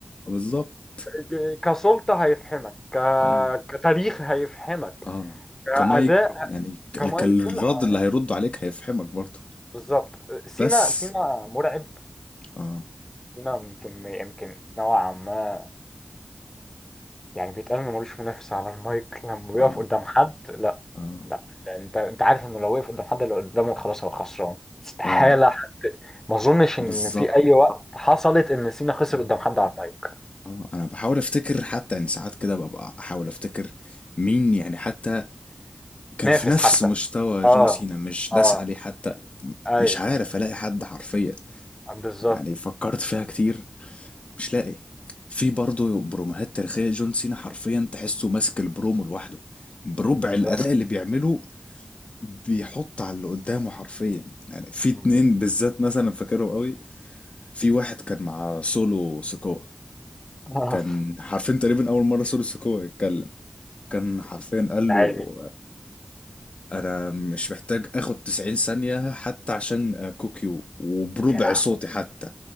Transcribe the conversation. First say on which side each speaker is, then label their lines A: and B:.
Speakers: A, on the left; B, on the left.
A: بالظبط
B: ك- كسلطة هيفهمك ك...
A: اه
B: كتاريخ هيفهمك
A: اه
B: كأداء
A: كمايك يعني ك-
B: كمايك
A: ال- كالرد
B: كل حاجة
A: اللي هيرد عليك هيفهمك برضه
B: بالظبط سينا
A: بس
B: سينا مرعب
A: اه
B: سينا يمكن يمكن نوعا ما يعني بيتقال انه ملوش منافس على المايك لما بيقف
A: اه
B: قدام حد لا
A: اه
B: لا انت انت عارف انه لو وقف قدام حد اللي قدامه خلاص هو خسران استحالة
A: اه
B: حد ما اظنش ان
A: بالظبط
B: في اي وقت حصلت ان سينا خسر
A: اه
B: قدام حد على المايك
A: اه انا بحاول افتكر حتى يعني ساعات كده ببقى احاول افتكر مين يعني حتى كان
B: نافس
A: في نفس
B: حتى
A: مستوى
B: آه.
A: جون سينا مش داس
B: اه
A: عليه حتى م-
B: اه
A: مش
B: ايوه
A: عارف الاقي حد حرفيا
B: بالظبط
A: يعني فكرت فيها كتير مش لاقي في برضه بروموهات تاريخية جون سينا حرفيا تحسه ماسك البرومو لوحده بربع
B: بالظبط
A: الأداء اللي بيعمله بيحط على اللي قدامه حرفيا يعني في
B: <laughs>
A: اتنين بالذات مثلا فاكرهم قوي في واحد كان مع سولو سكوا
B: آه.
A: كان حرفيا تقريبا اول مره سولو سكوا يتكلم كان حرفيا قال
B: يا
A: له
B: عيني
A: انا مش محتاج اخد 90 ثانيه حتى عشان كوكيو وبربع
B: يا لهوي
A: صوتي حتى